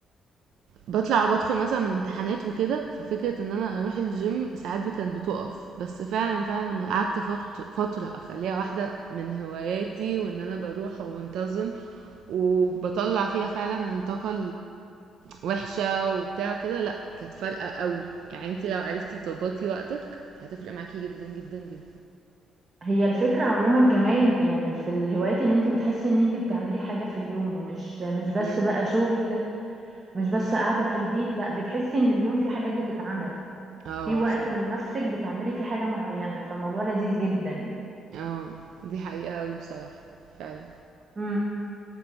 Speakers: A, on the right; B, on the right.
A: بطلع وبدخل مثلا من امتحانات وكده ففكرة ان انا اروح الجيم ساعات كانت بتقف بس فعلا فعلا لما قعدت فقط- فترة اخليها واحدة من هواياتي وان انا بروح وبنتظم وبطلع فيها فعلا الطاقة الوحشة وبتاع وكده لا كانت فارقة قوي يعني انتي لو عرفتي تظبطي وقتك هتفرق معاكي جدا جدا جدا
B: هي الفكرة عموما كمان يعني في الهوايات إن أنت بتحسي إن أنت بتعملي حاجة في اليوم مش مش بس
A: امم
B: بقى شغل مش بس قاعدة في البيت لأ بتحسي إن اليوم في حاجات بتتعمل
A: اه
B: في وقت
A: صح
B: لنفسك بتعملي فيه حاجة معينة فالموضوع لذيذ جدا
A: آه، دي حقيقة أوي بصراحة فعلًا.
B: امم